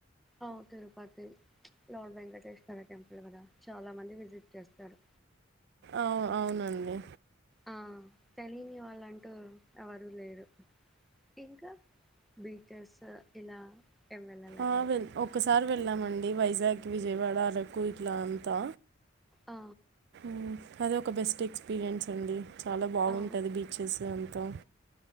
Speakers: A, in the centre; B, on the right.
A: ఆ తిరుపతి లార్డ్ వెంకటేశ్వర టెంపుల్ గదా చాలా మంది విజిట్ చేస్తారు
B: అవ్ అవునన్డి
A: ఆ తెలియని వాళ్ళన్టే టూ ఎవరులేరు ఇంకా బీచెస్ ఇలా ఏం వెళ్ళలేదండి
B: ఆ వెల్ ఒక స్ సార్ వెళ్ళామన్డి వైజాగ్ విజయవాడ అరకు ఇట్లా అంతా
A: ఆ
B: ఉమ్ అదే ఒక బెస్ట్ ఎక్స్పీరియన్స్నండి చాలా బాగుంటది
A: ఆ
B: బీచెస్ అంతా